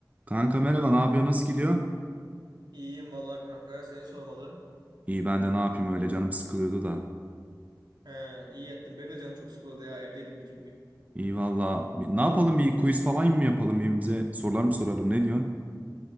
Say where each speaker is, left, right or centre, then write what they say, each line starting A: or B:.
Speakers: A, on the right (about 20°); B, on the right (about 75°).
A: Kanka merhaba, ne yapıyor? Nasıl gidiyor?
B: İyiyim vallahi kanka. Seni sormalı.
A: İyi ben de ne yapayım öyle canım sıkılıyordu da.
B: He, iyi ettin. Benim de canım çok sıkıldı ya. Evdeydim bütün gün.
A: İyi valla. Ne yapalım bir quiz falan mı yapalım birbirimize? Sorular mı soralım ne diyorsun?